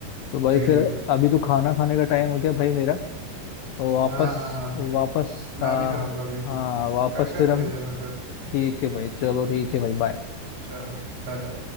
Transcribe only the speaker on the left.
तो भाई
फिर
अभी तो खाना खाने का टाइम हो गया भाई मेरा तो वापस
वापस
आ,
हाँ वापस
फिर
हम
ठीक है भाई चलो ठीक है भाई बाय